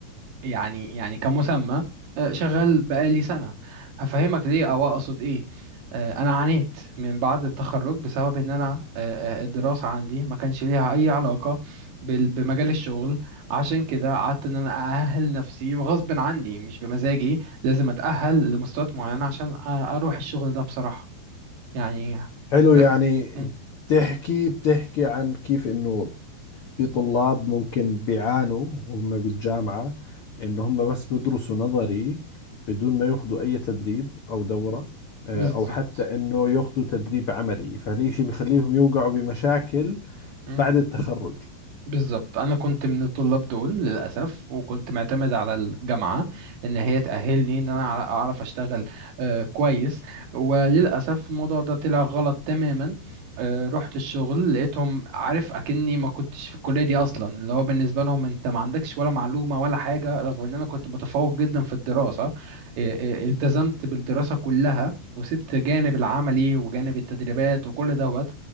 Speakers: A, on the right (about 90°); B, on the left (about 75°).
A: يعني يعني كمسمى آه، شغال بقالي سنة هفهمك ليه أو أقصد إيه آه، أنا عانيت من بعد التخرج بسبب إن أنا آه، آه، الدراسة عندي ما كانش ليها أي علاقة بال- بمجال الشغل عشان كده قعدت إن أنا أأهل نفسي وغصب عني مش بمزاجي لازم أتأهل لمستويات معينة عشان أ- أروح الشغل ده بصراحة يعني
B: حلو
A: ف-
B: يعني
A: م،
B: بتحكي بتحكي عن كيف انه في طلاب ممكن بيعانوا وهم بالجامعة إن هم بس بدرسوا نظري بدون ما ياخذوا أي تدريب أو دورة آه،
A: بالظبط
B: أو حتى إنه ياخذوا تدريب عملي فهالشيء بخليهم يوقعوا بمشاكل
A: مهم.
B: بعد التخرج
A: بالظبط انا كنت من الطلاب دول للاسف وكنت معتمد على الجامعه ان هي تاهلني ان انا أع- اعرف اشتغل آه، كويس وللاسف الموضوع ده طلع غلط تماما آه، رحت الشغل لقيتهم عارف اكني ما كنتش في الكليه دي اصلا اللي هو بالنسبه لهم انت ما عندكش ولا معلومه ولا حاجه رغم ان انا كنت متفوق جدا في الدراسه آه، آه، التزمت بالدراسه كلها وسبت جانب العملي وجانب التدريبات وكل دوت